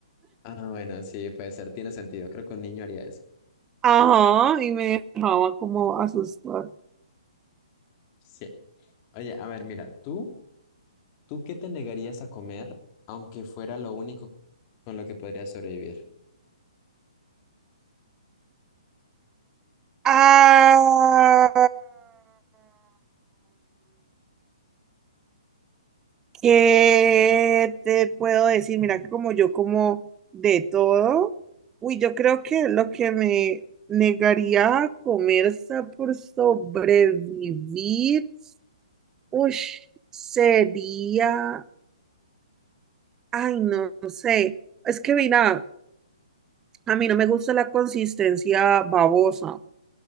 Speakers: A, on the left (about 35°); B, on the right (about 15°).
A: Ah, bueno, sí, puede ser, tiene sentido. Creo que un niño haría eso.
B: Ajá, y me dejaba como asustar.
A: Sí. Oye, a ver, mira, ¿tú, tú qué te negarías a comer aunque fuera lo único con lo que podrías sobrevivir?
B: Ah, ¿Qué te puedo decir? Mira que como yo como de todo, uy, yo creo que lo que me negaría a comer sa- por sobrevivir, uy, sería, ay, no, sé, es que mira, a mí no me gusta la consistencia babosa.